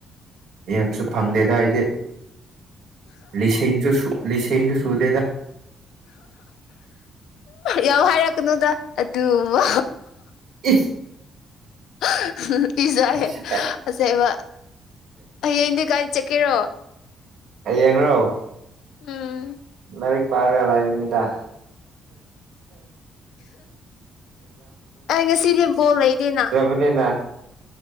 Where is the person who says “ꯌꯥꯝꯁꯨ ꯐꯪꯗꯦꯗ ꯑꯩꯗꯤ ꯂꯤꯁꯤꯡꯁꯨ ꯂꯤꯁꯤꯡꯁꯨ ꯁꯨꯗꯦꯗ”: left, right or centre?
Right